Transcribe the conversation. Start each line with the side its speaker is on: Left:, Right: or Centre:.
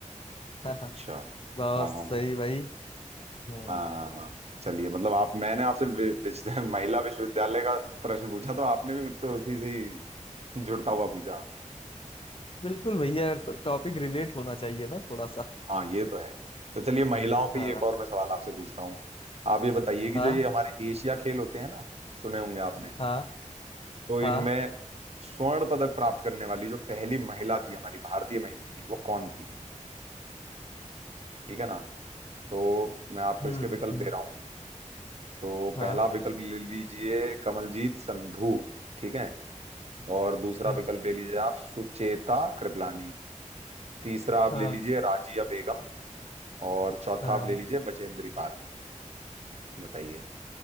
Left: <laughs>
Right: अच्छा
Left: बहुत
Right: हाँ हाँ
Left: सही
Right: हाँ
Left: भाई हम्म
Right: हाँ हाँ हाँ चलिए मतलब आप मैंने आपसे वि, विश्व- <laughs> महिला विश्वविद्यालय का प्रश्न पूछा तो आपने भी मुझसे उसी से ही जुड़ता हुआ पूछा
Left: बिल्कुल भैया टॉपिक रिलेट होना चाहिए ना थोड़ा सा
Right: हाँ ये तो है तो चलिए महिलाओं पे
Left: हाँ
Right: ही एक और मैं सवाल आपसे पूछता हूँ आप ये बताइए कि
Left: हाँ
Right: जो ये हमारे एशिया खेल होते हैं ना सुने होंगे आपने
Left: हाँ
Right: तो इनमें
Left: हाँ
Right: स्वर्ण पदक प्राप्त करने वाली जो पहली महिला थी हमारी भारतीय महिला थी वो कौन थी ठीक है ना तो मैं आपको
Left: हम्म
Right: इसके विकल्प
Left: हम्म,
Right: दे रहा हूँ तो
Left: हाँ
Right: पहला विकल्प ले लीजिए कमलजीत संधू ठीक है और दूसरा
Left: हाँ
Right: विकल्प ले लीजिए आप सुचेता कृपलानी तीसरा आप
Left: हाँ
Right: ले लीजिए राजिया बेगम और चौथा
Left: हाँ।
Right: आप ले लीजिए बचेंद्री पाल बताइए